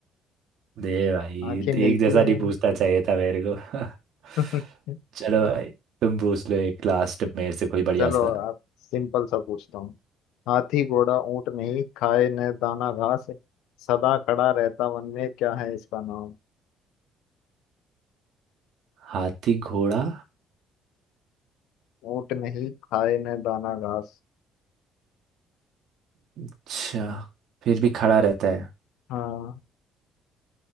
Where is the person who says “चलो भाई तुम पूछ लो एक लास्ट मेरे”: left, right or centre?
Right